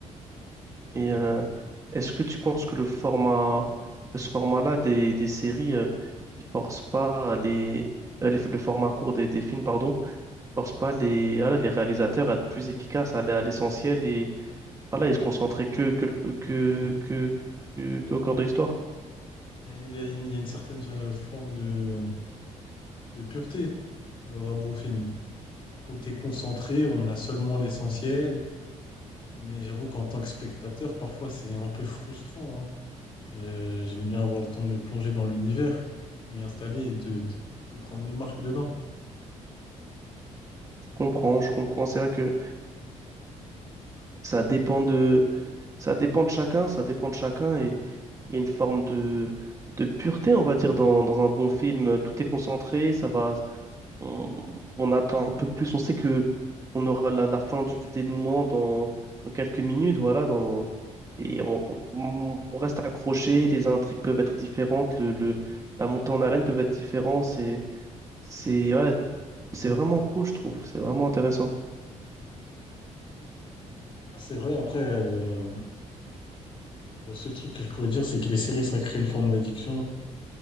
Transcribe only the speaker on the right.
Et euh, est-ce que tu penses que le format, que ce format-là des, des séries, euh, il force pas les, euh, les- le format court des, des films, pardon, il force pas les, voilà, les réalisateurs à être plus efficaces, à aller à l'essentiel et voilà, ils se concentrer que, que, que,
que, que- qu'au cœur de l'histoire?
Je comprends, je comprends. C'est vrai que ça dépend de, ça dépend de chacun, ça dépend de chacun et il y a une forme de, de pureté, on va dire, dans, dans un bon film. Tout est concentré, ça va. on, on attend un peu plus. On sait que on aura la, la fin du dénouement dans, dans quelques minutes, voilà, dans, et on, on- on reste accroché. Les intrigues peuvent être différentes, le, le- la montée en haleine peut être différente. C'est, c'est, ouais, c'est vraiment cool, je trouve. C'est vraiment intéressant.